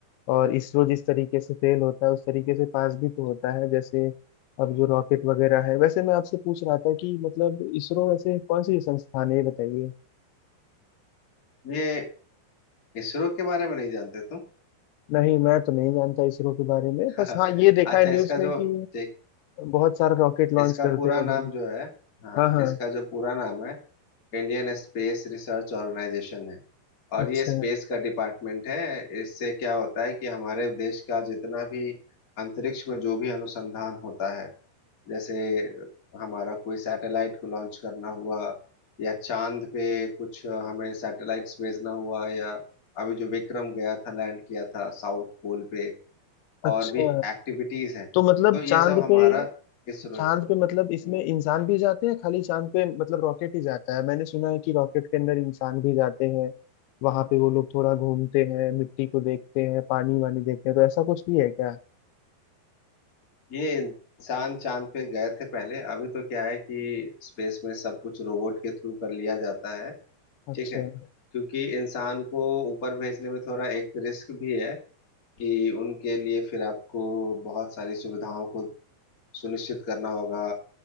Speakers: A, on the left; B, on the left.
A: और इसरो जिस तरीके से फेल होता है उस तरीके से पास भी तो होता है जैसे अब जो रॉकेट वगैरह है वैसे मैं आपसे पूछ रहा था कि मतलब इसरो वैसे कौन सी संस्थान है ये बताइए
B: ये इसरो के बारे में नहीं जानते तुम
A: नहीं मैं तो नहीं जानता इसरो के बारे में
B: <laughs>
A: बस हाँ ये देखा
B: अच्छा
A: है न्यूज़
B: इसका
A: में
B: जो
A: कि
B: ठीक
A: बहुत सारा रॉकेट लॉन्च
B: इसका
A: करते
B: पूरा
A: हैं वो
B: नाम
A: लोग
B: जो है हाँ
A: हाँ हाँ
B: इसका जो पूरा नाम है इंडियन स्पेस रिसर्च ऑर्गेनाइजेशन है और
A: अच्छा
B: ये स्पेस का डिपार्टमेंट है इससे क्या होता है कि हमारे देश का जितना भी अंतरिक्ष में जो भी अनुसंधान होता है जैसे हमारा कोई सैटेलाइट को लॉन्च करना हुआ या चांद पे कुछ हमें सैटेलाइट्स भेजना हुआ या अभी जो विक्रम गया था लैंड किया था साउथ पोल पे
A: अच्छा
B: और भी एक्टिविटीज हैं
A: तो मतलब
B: तो ये
A: चांद
B: सब हमारा
A: पे
B: इसरो
A: चांद
B: है
A: पे मतलब
B: हम्म,
A: इसमें इंसान भी जाते हैं खाली चांद पे मतलब रॉकेट ही जाता है मैंने सुना है कि रॉकेट के अंदर इंसान भी जाते हैं वहां पे वो लोग थोड़ा घूमते हैं मिट्टी को देखते हैं पानी वानी देखते हैं तो ऐसा कुछ भी है क्या
B: ये इंसान चांद पे गए थे पहले अभी तो क्या है कि स्पेस में सब कुछ रोबोट के थ्रू कर लिया जाता है
A: अच्छा
B: ठीक है क्योंकि इंसान को ऊपर भेजने में थोड़ा एक रिस्क भी है कि उनके लिए फिर आपको बहुत सारी सुविधाओं को सुनिश्चित करना होगा